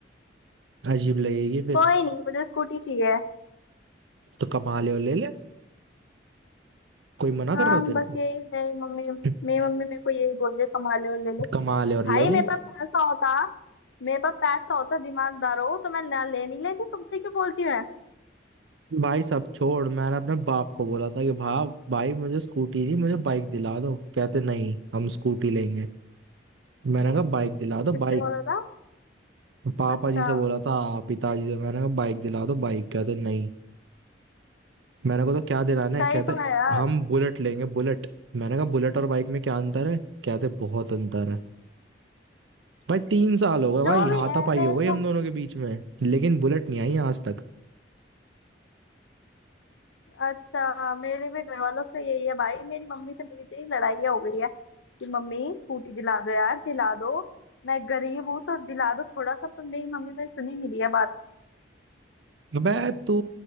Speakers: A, on the right; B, on the left.
A: अजीब लगेगी फिर
B: कोई नहीं मुझे स्कूटी चाहिए
A: तो कमा ले और ले ले कोई मना कर
B: हाँ
A: रहा है तेरे
B: बस
A: को
B: यही मेरी मम्मी
A: <laughs>
B: मेरी मम्मी मेरे को यही बोल रही है कमा ले और ले ले
A: कमा ले और
B: भाई
A: ले
B: मेरे
A: ले
B: पास पैसा होता मेरे पास पैसा होता दिमागदार हो तो मैं ना ले नहीं लेती तुमसे क्यों बोलती हूँ मैं
A: भाई सब छोड़ मैंने अपने बाप को बोला था कि भाप भाई मुझे स्कूटी नहीं मुझे बाइक दिला दो कहते नहीं हम स्कूटी लेंगे मैंने कहा बाइक दिला दो
B: किससे
A: बाइक
B: बोला था
A: पापा
B: अच्छा
A: जी से बोला था पिताजी से मैंने कहा बाइक दिला दो बाइक कहते नहीं मैंने कहा तो क्या दिलाना है
B: सही
A: कहते
B: तो है यार
A: हम बुलेट लेंगे बुलेट मैंने कहा बुलेट और बाइक में क्या अंतर है कहते बहुत अंतर है भाई तीन साल हो गए भाई
B: जो भी
A: हाथापाई
B: है मेरे
A: हो गई
B: को
A: हम दोनों के बीच में लेकिन बुलेट नहीं आई आज तक
B: अच्छा मेरे भी घर वालों से यही है भाई मेरी मम्मी से मेरी इतनी लड़ाई हो गई है कि मम्मी स्कूटी दिला दो यार दिला दो मैं गरीब हूँ तो दिला दो थोड़ा सा पर मेरी मम्मी ने सुनी नहीं दिया बात
A: अबे तू